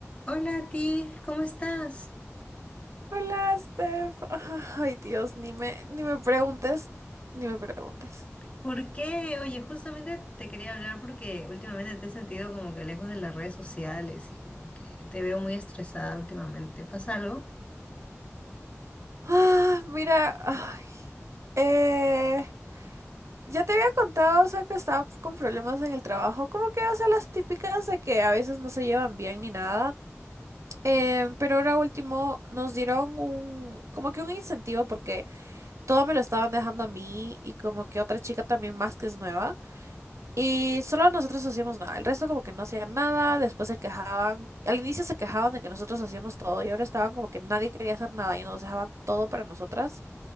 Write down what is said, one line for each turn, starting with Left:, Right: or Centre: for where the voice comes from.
Left: Hola Tiff, ¿cómo estás?
Right: Hola, Steph. <laughs> Ay, Dios, ni me, ni me preguntes, ni me preguntes.
Left: ¿Por qué? Oye, justamente te quería hablar porque últimamente te he sentido como que lejos de las redes sociales y como que te veo muy estresada últimamente. ¿Pasa algo?
Right: Ah, mira, ay, eh, ya te había contado, o sea, que estaba con problemas en el trabajo, como que, o sea, las típicas de que a veces no se llevan bien ni nada. Em, pero ahora último nos dieron un, como que un incentivo porque todo me lo estaban dejando a mí y como que otra chica también más que es nueva. Y solo nosotros hacíamos nada, el resto como que no hacían nada, después se quejaban, al inicio se quejaban de que nosotros hacíamos todo y ahora estaban como que nadie quería hacer nada y nos dejaban todo para nosotras